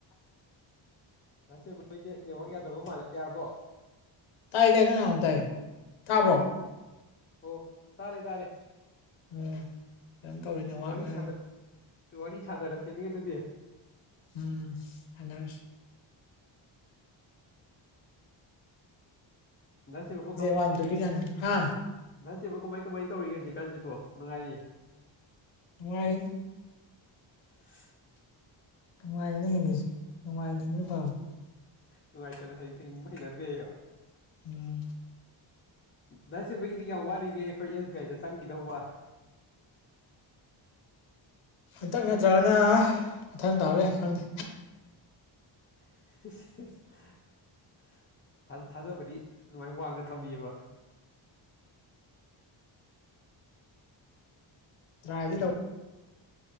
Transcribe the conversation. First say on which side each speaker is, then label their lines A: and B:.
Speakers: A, on the left (about 25°); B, on the left (about 85°).
A: ꯉꯁꯦ ꯃꯣꯏꯁꯦ ꯅꯦꯠꯋꯥꯛ ꯌꯥꯗꯕ ꯃꯥꯜꯂ ꯌꯥꯔꯕꯣ
B: ꯇꯥꯏ ꯇꯥꯏꯌꯦ ꯅꯪ ꯉꯥꯡꯝ ꯇꯥꯏꯌꯦ ꯇꯥꯕ꯭ꯔꯣ
A: ꯑꯣ ꯇꯥꯔꯦ ꯇꯥꯔꯦ
B: ꯎꯝ ꯀꯝ ꯇꯧꯔꯤꯅꯦ
A: ꯋꯥꯔꯤ
B: ꯋꯥꯠꯅꯤ
A: ꯁꯥꯗ ꯋꯥꯔꯤ ꯁꯥꯗꯔꯁꯦ ꯑꯗꯨ ꯑꯗꯨꯗꯤ
B: ꯎꯝ ꯍꯂ
A: ꯁꯤꯕꯕꯨ ꯀ
B: ꯋꯥꯟ ꯇꯨ ꯊ꯭ꯔꯤ ꯁꯥꯟꯅ ꯍꯥ
A: ꯁꯤ ꯕꯨ ꯀꯃꯥꯏ ꯀꯃꯥꯏꯅ ꯇꯧꯔꯤꯒꯦ ꯍꯧꯖꯤꯛꯀꯥꯟꯁꯤꯕꯣ ꯅꯨꯡꯉꯥꯏꯔꯤꯌꯦ
B: ꯑ ꯑꯩꯗ
A: <inaudible>
B: ꯅꯨꯡꯉꯥꯏꯅꯅ ꯍꯤꯡꯉꯁꯤ ꯅꯨꯡꯉꯥꯏꯅ ꯍꯤꯡꯕꯅꯤ ꯄꯅꯤ
A: ꯅꯨꯡꯉꯥꯏꯇꯅ ꯍꯤꯡꯕ ꯍꯩꯅꯗ꯭ꯔꯦ ꯑꯩꯣ
B: ꯎꯝ
A: ꯗꯥꯁꯦꯕꯒꯤꯗꯤ ꯌꯥꯝ ꯋꯥꯠꯂꯤꯒꯦ ꯑꯩꯈꯣꯏ ꯑꯦꯁ ꯕꯤ ꯑꯥꯏꯗ ꯆꯪꯈꯤꯗꯧꯕ
B: ꯍꯟꯇꯛ ꯅꯠꯇ꯭ꯔꯒꯅ ꯃꯊꯪ ꯇꯥꯕ ꯌꯥꯏ ꯈꯪꯗꯦ
A: <inaudible> ꯊꯥꯖꯕꯗꯤ ꯑꯗꯨꯃꯥꯏꯅ ꯋꯥꯡꯗ ꯊꯝꯃꯤꯑꯕ <inaudible>
B: ꯇꯥꯏꯗꯤ ꯇꯧ